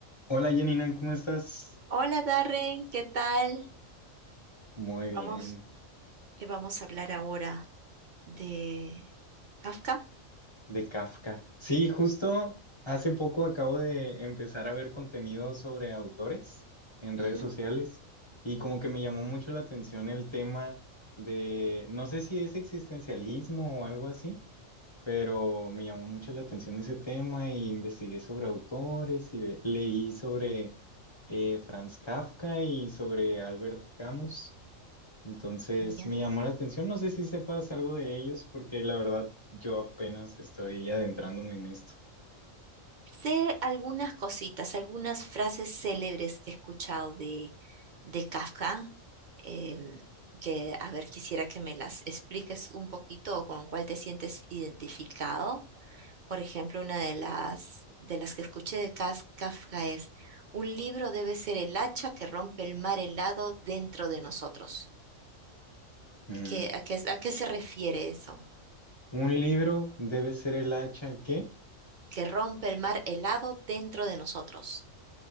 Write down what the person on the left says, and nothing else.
Hola Janina, ¿cómo estás?
Muy bien,
de Kafka. Sí, justo hace poco acabo de empezar a ver contenido sobre autores en redes
sociales y como que me llamó mucho la atención el tema de, no sé si es existencialismo o algo así, pero me llamó mucho la atención ese tema y investigué sobre autores y ve- leí sobre eh, Franz Kafka y sobre Albert Camus. Entonces
me llamó la atención, no sé si sepas algo de ellos, porque la verdad yo apenas estoy adentrándome en esto.
Mm,
Un libro debe ser el hacha que